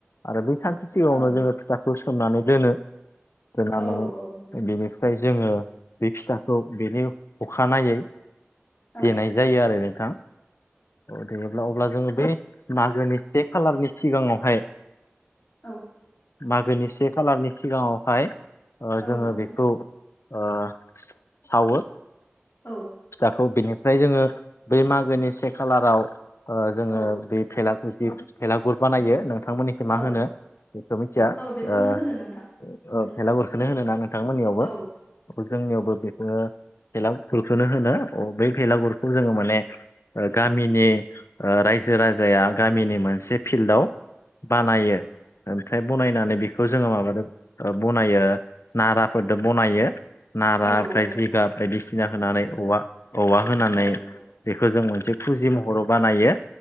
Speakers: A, on the left (about 80°); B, on the left (about 50°).
A: आरो बै सानसे सिगाङावनो
B: औ नंगौ
A: जोङो फिथाखौ सोमनानै दोनो। दोननानै
B: औ औ नोंथां
A: बेनि फ्राय जोङो बे फिथाखौ बेनि अखानायै
B: औ
A: देनाय जायो आरो नोंथां। औ देयोब्ला अब्ला जोङो बे मागोनि से खालारनि सिगाङावहाय
B: औ
A: मागोनि से खालारनि सिगाङावहाय ओ
B: औ
A: जोङो
B: नोंथां
A: बेखौ ओ सावो।
B: औ
A: फिथाखौ बिनिफ्राय जोङो बै मागोनि से खालाराव ओ जोङो
B: औ
A: बे भेलागु जि भेलागुर बानायो नोंथांमोननिथिं मा
B: औ
A: होनो बेखौ मिथिया
B: औ बेखौनो
A: ओ
B: होनो नोंथां
A: ओ
B: बेलेगफोरखौनो
A: ओ भेलागुरखौनो
B: होना
A: होनो ना नोंथांमोननियावबो
B: औ
A: औ जोंनियावबो बेखौनो भेलागुरखौनो होनो अ बै भेलागुरखौ जोङो माने ओ गामिनि ओ रायजो राजाया गामिनि मोनसे फिल्डआव बानायो। ओमफ्राय बनायनानै बेखौ जोङो माबादो ओ बनायो नाराफोरदो बनायो। नारा
B: औ
A: ओमफ्राय
B: औ
A: जिगाब बायदिसिना होनानै औवा औवा होनानै
B: औ नंगौ
A: बेखौ जों
B: नंगौ
A: मोन थुजि महराव बानायो